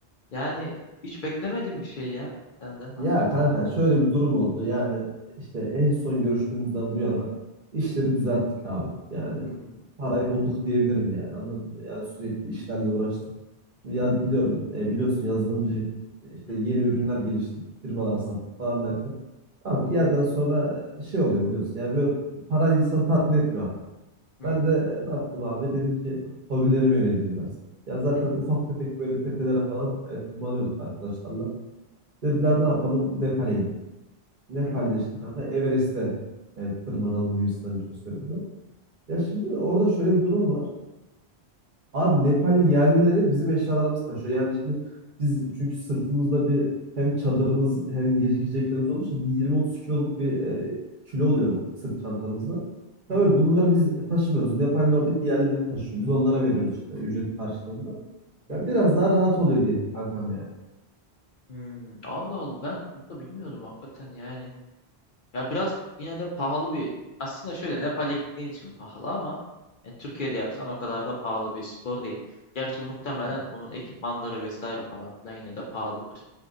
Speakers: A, on the left (about 55°); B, on the right (about 50°).
A: yani hiç beklemedim bir şey ya senden hakikaten.
B: Ya kanka şöyle bir durum oldu. Yani işte en son görüştüğümüzden bu yana işleri düzelttik abi. Yani
A: Hmm.
B: parayı bulduk diyebilirim yani anladın mı? Yani sürekli işlerle uğraştık. Ya biliyorum e, biliyorsun yazılımcıyım. E, İşte
A: Hı
B: yeni
A: hı.
B: ürünler geliştirdik, firmalara sattık falan derken. Abi bir yerden sonra şey oluyor biliyorsun. Yani böyle para insan tatmin etmiyor
A: Hmm.
B: Ben de ne yaptım abi? Dedim ki hobilerime yöneleyim biraz. Ya zaten
A: Hı hı.
B: ufak tefek böyle tepelere falan e, tırmanıyorduk arkadaşlarla. Dediler ne yapalım? Nepal'e gidelim. Nepal'de
A: Hı hı.
B: işte kanka Everest'e e, tırmanalım gibisinden bir şey söylediler. Ya şimdi orada şöyle bir durum var. Abi Nepal'in yerlileri bizim eşyalarımızı taşıyor. Yani şimdi biz çünkü sırtımızda bir hem çadırımız hem yiyecek içeceklerimiz olduğu için yirmi otuz kiloluk bir e, kilo oluyor sırt çantamızda.
A: Hı
B: Tabii
A: hı.
B: bunları biz taşımıyoruz. Nepal'in oradaki yerlileri taşıyor. Biz onlara veriyoruz işte ücret karşılığında.
A: Hı
B: Ya
A: hı.
B: biraz daha rahat oluyor diyelim kankam yani.
A: Hmm. Allah Allah ben bunu da bilmiyordum hakikaten yani. Ya biraz yine de pahalı bir aslında şöyle Nepal'e gittiğin için pahalı ama yani Türkiye'de yapsan o kadar da pahalı bir spor değil. Gerçi muhtemelen
B: Evet.
A: onun ekipmanları vesaire falan filan yine de pahalıdır.